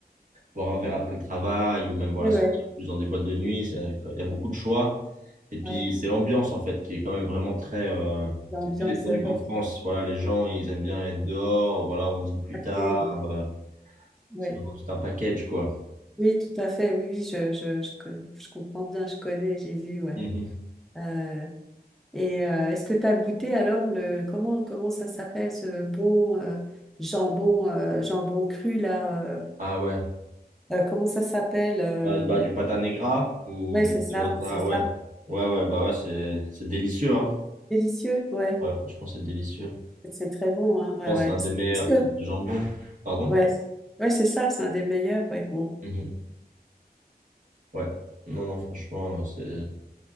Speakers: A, on the right; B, in the centre.
A: boire un verre après le travail ou même voilà,
B: Oui,
A: sortir
B: ouais,
A: plus dans des boîtes de nuit. c'est- Il y a beaucoup de choix. Et puis,
B: ouais.
A: c'est l'ambiance, en fait, qui est quand même vraiment très, euh,
B: L'ambiance,
A: qui est plus détendue
B: c'est vrai.
A: qu'en France. Voilà, les gens, ils aiment bien être dehors. Voilà, on dîne plus
B: Acté,
A: tard.
B: ouais.
A: euh,
B: ouais.
A: c'est vraiment tout un package, quoi.
B: Oui, tout à fait. Oui, oui, je, je, je, co- je comprends bien, je connais, j'ai vu, ouais.
A: Mhm.
B: Euh, et euh, est-ce que tu as goûté alors le comment comment ça s'appelle ce bon euh, jambon euh, jambon cru là euh,
A: Ah ouais.
B: euh, comment ça s'appelle euh,
A: Euh, bah, du pata negra ou
B: ouais
A: du
B: c'est ça
A: pelota,
B: c'est ça
A: ouais. Ouais, ouais, bah ouais, c'est, c'est délicieux, hein.
B: délicieux ouais
A: Ouais, franchement, c'est délicieux.
B: c'est très bon hein ouais
A: Je pense
B: ouais
A: que c'est l'un
B: c'est
A: des meilleurs
B: plus
A: types de jambon. Pardon?
B: ouais ouais c'est ça c'est un des meilleurs ouais bon.
A: Mhm. Ouais. Non, non, franchement, euh, c'est,